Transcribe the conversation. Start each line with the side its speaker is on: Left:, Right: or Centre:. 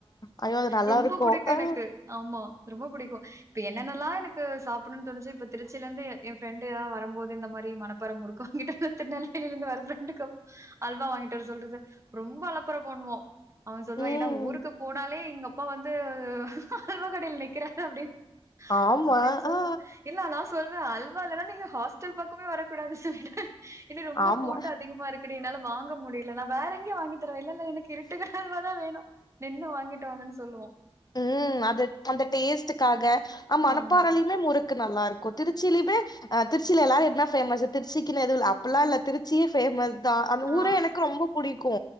Left: ஐயோ அது நல்லா
Right: ரொம்ப
Left: இருக்கு
Right: புடிக்கு
Left: ஆ
Right: எனுக்கு ஆமா ரொம்ப புடிக்கு இப்ப என்னென்னலா எனுக்கு சாப்புனுன் தோணுச்சோ இப்ப திருச்சி இருந்து ஏ ஃப்ரெண்டுலா வரம்போது இந்த மாரி மனப் பாற முறுக்கு வாங்கிட்டு திருநெல்வேலில இருந்து வர ஃப்ரெண்டுக்கு அல்வா வாங்கிட்டு வர சொல்றது ரொம்ப அளப்பற பண்வோ அவ சொல்வா
Left: ம்
Right: ஏனா ஊருக்கு போனாலே எங்க அப்பா வந்து அல்வா கடையில நிக்கிறாரு அப்டின்
Left: ஆமா
Right: அப்டின் சொல்வா
Left: ஆ
Right: இல்ல நா சொல்வே அல்வா இல்லனா நீங்க ஹாஸ்ட்டல் பக்கமே வரக் கூடாது சொல்லிடுவே இது ரொம்ப
Left: ஆமா
Right: கூட்டோ அதிகமா இருக்குடி என்னால வாங்க முடில நா வேற எங்கியா வாங்கி தரவா இல்லல்ல எனுக்கு இரு ட்டுக் கட அல்வாதா வேணு நின்னு வாங்கிட்டு வாங்கன் சொல்வோ
Left: ம் அது அந்த டேஸ்டுக்காக ஆ மணப்பாறைலியு
Right: ஆமா.
Left: மே முறுக்கு நல்லாருக்கு திருச்சிலிமே அ திருச்சில எல்லா என்னா ஃபேமஸு திருச்சிக்கினு எதுவு இல்ல அப்பில்லா இல்ல திருச் சியே பேமஸ் தா அந்த
Right: ஆ
Left: ஊரே எனக்கு ரொம்ப புடிக்கு